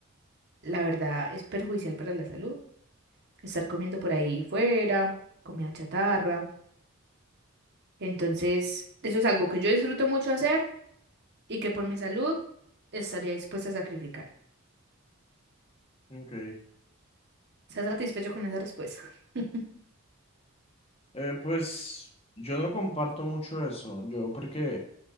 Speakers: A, on the right (about 50°); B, on the left (about 25°).
A: la verdad, es perjudicial para la salud. Estar comiendo por ahí fuera, comida chatarra. Entonces, eso es algo que yo disfruto mucho hacer y que por mi salud estaría dispuesta a sacrificar.
B: Ok.
A: ¿Estás satisfecho con esa respuesta? <laughs>
B: Eh, pues yo no comparto mucho eso. Yo porque,